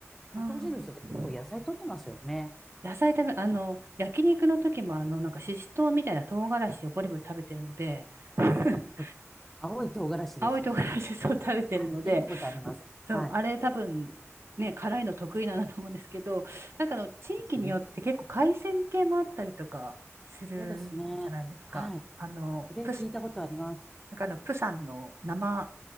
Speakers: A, in the centre; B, on the right (about 55°).
A: 韓国人の人って結構野菜取ってますよね。
B: うん。野菜食べ、あの、焼肉の時もあの、なんかししとうみたいな唐辛子をボリボリ食べてるので、<laughs>
A: そう青い唐辛子ですよね。
B: 青い唐辛子そう食べてるので、
A: はい、見たことあります。
B: そう、
A: はい。
B: あれ多分、
A: そ
B: ね、辛いの得意なんだと思うんですけど、なんかあの、地域によって結構海鮮系もあったりとかするじゃないですか。
A: うですね。そうですね。はい。
B: あの、
A: それ聞いたことあります。
B: プス、なんかあの、プサンの生